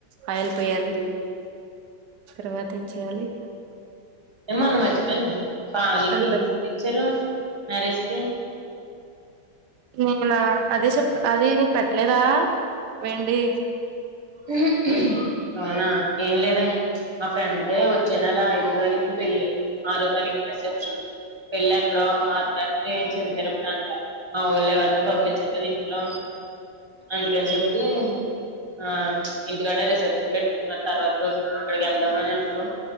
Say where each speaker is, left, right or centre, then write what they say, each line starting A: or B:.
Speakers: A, on the right; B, on the right.
A: ఆయిల్ పోయ్యాలి
B: హ్మ్
A: తర్వాత ఏం చెయ్యాలి
B: ఏమన్న మర్చిపోయినా పావని కి
A: ఉల్లిపాయలు
B: ఏం గిఫ్ట్ ఇచ్చారు మ్యారేజ్ కి
A: <unintelligible> లా అదే చెప్పా అది నీకు పెట్టలేదా వెండి
B: ఊహు అవునా ఏం లేదేహే మా ఫ్రెండ్ ది వచ్చే నెల ఐ దో తారీకున పెళ్ళి ఆరో తారీకు రిసెప్షన్ పెళ్ళి ఎక్కడో అర్ధరాత్రి చిన్న తిరు అంట మావోళ్ళు ఎవరిని పంపిచ్చరు <unintelligible> లో అందుకని చెప్పి ఆ ఇంటికాడ రిసెప్షన్ పెట్టుకుంటున్నారు తర్వాత రోజున అక్కడికి వెళ్దాం అని అందరూ